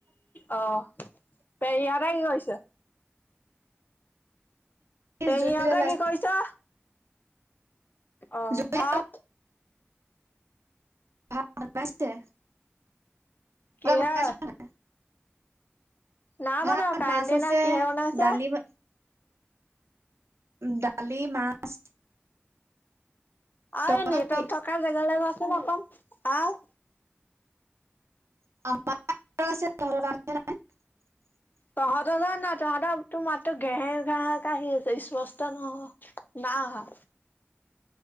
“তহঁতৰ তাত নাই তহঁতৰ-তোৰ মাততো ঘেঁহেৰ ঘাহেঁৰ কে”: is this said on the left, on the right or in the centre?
Left